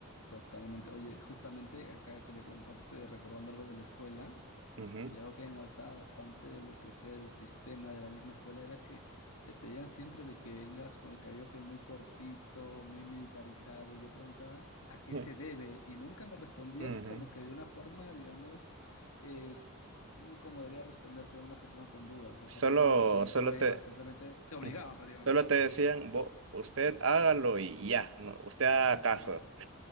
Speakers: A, on the left (about 75°); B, on the right (about 60°).
A: Totalmente. Oye, justamente acá quería comentarte, recordando algo de la escuela.
B: Ujú.
A: Y algo
B: <laughs>
A: que me molestaba bastante de lo que es el sistema de la misma escuela era que te pedían siempre de que vengas con el cabello que muy cortito, muy militarizado. Y yo preguntaba a
B: Sí.
A: qué se debe y nunca me respondían
B: Ujú.
A: como que de una forma, digamos, eh, mm, como debería responderse una persona con dudas, de
B: Solo,
A: forma con
B: solo
A: pruebas,
B: te,
A: simplemente te obligaban
B: ujú.
A: prácticamente.
B: Solo te decían, "Vo- usted hágalo y ya, no, usted haga
A: Claro.
B: caso.